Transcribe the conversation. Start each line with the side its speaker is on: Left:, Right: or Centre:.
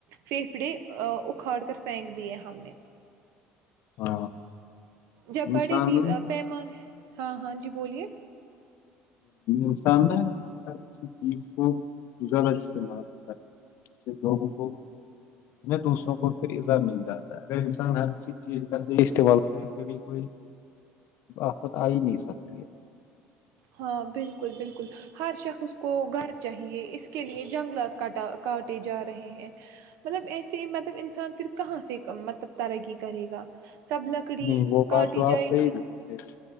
Right: فھیفڑے اکھاڑ کر پھینک دییا ہم نے
Left: ہاں
Right: جب
Left: انسان
Right: بڑے پیمانے ہاں ہاں جی بولیے
Left: انسان نا ہر کسی چیز کو غلط استعمال کر ج لوگوں کو دوسروں کو پھر ازا مل جاتا ہے اگر انسان ہر کسی چیز کا سے استعمال کرے کبھی کوئی آفت آ ہی نہیں سکتی ہے
Right: ہاں بالکل بالکل ہر شخص کو گھر چاہیے اس کے لیے جنگلات کاٹ کاٹے جا رہے ہیں مطلب ایسے مطلب انسان پھر کہاں سے مطلب ترقی کرے گا سب لکڑی
Left: نہیں وہ
Right: کاٹی
Left: بات تو آپ
Right: جائے
Left: صحیح
Right: گی
Left: بولتے